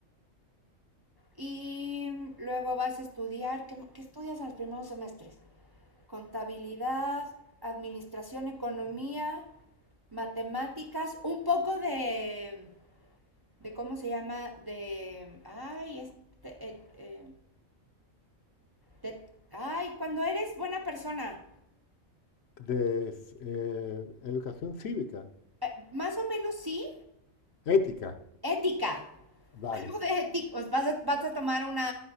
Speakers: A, on the right; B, on the left.
A: y luego vas a estudiar, ¿qué, qué estudias en los primeros semestres? Contabilidad, administración, economía, matemáticas, un poco de, de ¿cómo se llama? De, ay, este, eh, eh, Te- Ay, cuando eres buena persona.
B: De s- eh, educación cívica,
A: Eh, más o menos sí.
B: ética,
A: Ética.
B: vale.
A: <laughs> Algo de ética. Vas a, vas a tomar una...